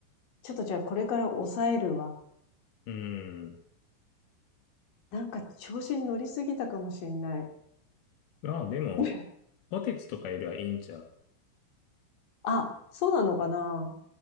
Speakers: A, on the left (about 50°); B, on the left (about 65°).
A: ちょっとじゃあこれから抑えるわ。
B: うん。
A: なんか調子に乗りすぎたかもしれない。
B: まあでも、
A: <laughs>
B: ポテチとかよりはいいんちゃう。
A: あ、そうなのかな